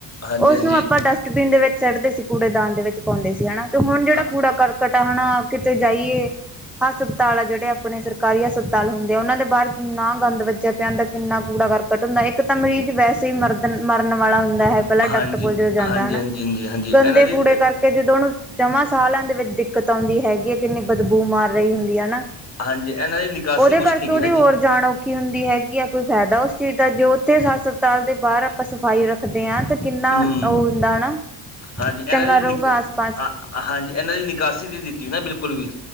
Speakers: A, on the left; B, in the centre.
A: ਹਾਂਜੀ
B: ਉਸਨੂੰ
A: ਹਾਂਜੀ
B: ਆਪਾਂ ਡਸਟਬਿਨ ਦੇ ਵਿੱਚ ਸੱਟਦੇ ਸੀ, ਕੂੜੇ ਦਾਨ ਦੇ ਵਿੱਚ ਪਾਉਂਦੇ ਸੀ, ਹੈਨਾ। ਤੇ ਹੁਣ ਜਿਹੜਾ
A: ਹਾਂ-
B: ਕੂੜਾ ਕਰਕਟ ਆ ਹੈਨਾ, ਕਿਥੇ ਜਾਈਏ ਹਸਪਤਾਲ ਆ ਜਿਹੜੇ, ਆਪਣੇ ਸਰਕਾਰੀ ਹਸਪਤਾਲ ਹੁੰਦੇ ਆ ਉਹਨਾਂ ਦੇ ਬਾਹਰ ਕਿੰਨਾ ਗੰਦ ਵੱਜਿਆ ਪਿਆ ਹੁੰਦਾ, ਕਿੰਨਾ ਕੂੜਾ ਕਰ ਕਟ ਹੁੰਦਾ, ਇੱਕ ਤਾਂ ਮਰੀਜ਼ ਵੈਸੇ ਹੀ ਮਰਦ ਮਰਨ ਵਾਲਾ ਹੁੰਦਾ ਹੈ, ਪਹਿਲਾਂ
A: ਹਾਂਜੀ
B: ਡਾਕਟਰ ਕੋਲ ਜਦੋਂ ਜਾਂਦਾ ਹੈਨਾ।
A: <inaudible>
B: ਗੰਦੇ
A: ਦੀ
B: ਕੂੜੇ ਕਰਕੇ ਜਦੋਂ ਉਹਨੂੰ ਜਮਾਂ ਸਾਹ ਲੈਣ ਦੇ ਵਿੱਚ ਦਿੱਕ ਦਿੱਕਤ ਆਉਂਦੀ ਹੈਗੀ, ਕਿੰਨੀ ਬਦਬੂ ਮਾਰ ਰਹੀ ਹੁੰਦੀ ਹੈ, ਹੈਨਾ।
A: ਹਾਂਜੀ ਇਹਨਾਂ ਦੀ ਨਿਕਾਸੀ
B: ਉਹਦੇ
A: ਕੁਛ
B: ਕਰਕੇ
A: ਨਹੀਂ
B: ਉਹਦੀ
A: ਗੀ ਨਾ
B: ਹੋਰ
A: ਜੀ
B: ਜਾਣ ਰੱਖੀ ਹੁੰਦੀ ਹੈਗੀ ਆ, ਕੋਈ ਫ਼ਾਇਦਾ ਉਸ ਚੀਜ਼ ਦਾ। ਜੋ ਉੱਥੇ ਹਸਪਤਾਲ ਦੇ ਬਾਹਰ ਆਪਾਂ ਸਫ਼ਾਈ ਰੱਖ ਰਦੇ ਹਾਂ ਤੇ ਕਿੰਨਾ
A: ਹੂੰ,
B: ਉਹ ਹੁੰਦਾ ਹੈਨਾ,
A: ਹਾਂਜੀ ਇਹਨਾਂ
B: ਚੰਗਾ
A: ਦੀ
B: ਰਹੁਗਾ
A: ਨਿਕ ਅ
B: ਆਸ-ਪਾਸ।
A: ਹਾਂਜੀ ਇਹਨਾਂ ਦੀ ਨਿਕਾਸੀ ਦੀ ਦਿੱਤੀ ਨਾ ਬਿਲਕੁਲ ਵੀ